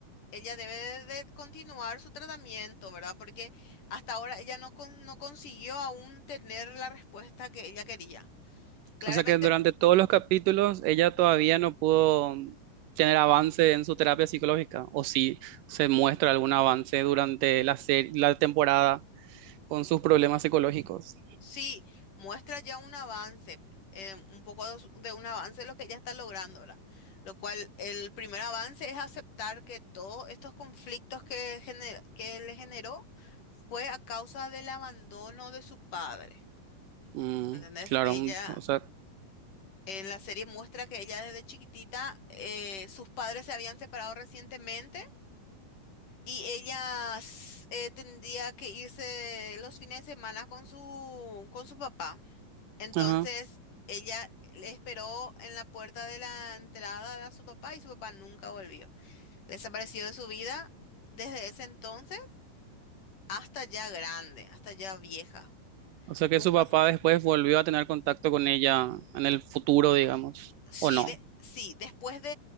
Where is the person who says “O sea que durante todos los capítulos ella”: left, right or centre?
Right